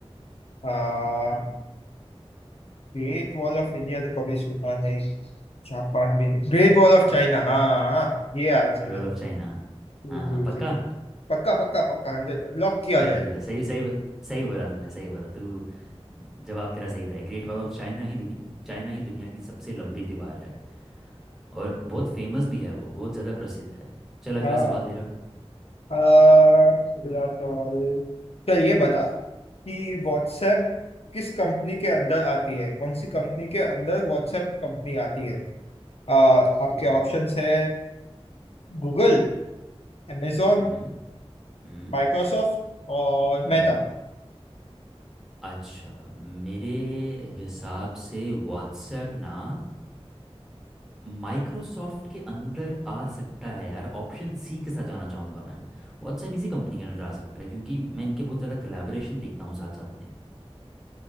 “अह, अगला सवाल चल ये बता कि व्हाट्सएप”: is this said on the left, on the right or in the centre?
Left